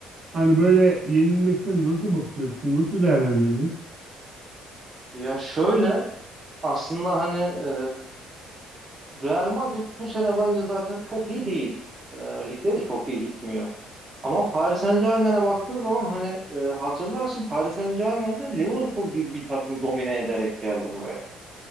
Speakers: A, on the right; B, on the right.
A: hani böyle yenilmesine nasıl bakıyorsun? Nasıl değerlendirdin?
B: Ya şöyle aslında hani e, Real Madrid bu sene bence zaten çok iyi değil. E, ligde de çok iyi gitmiyor. Ama Paris Saint-Germain'e baktığın zaman hani e, hatırlarsın Paris saint germainde Liverpool gibi bir takımı domine ederek geldi buraya.